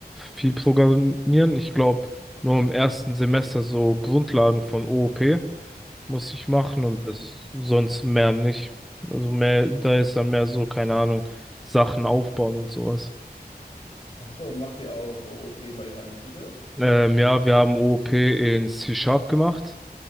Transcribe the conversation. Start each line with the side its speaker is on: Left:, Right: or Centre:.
Centre: viel programmieren. Ich glaube, nur im ersten Semester so Grundlagen von OOP muss ich machen und
Left: Okay.
Centre: das sonst mehr nicht. Also mehr, da ist dann mehr so, keine Ahnung, Sachen aufbauen und sowas.
Left: Ach so, und macht ihr auch OOP bei euch an der Schule?
Centre: Ähm, ja, wir haben OOP in C-Sharp gemacht.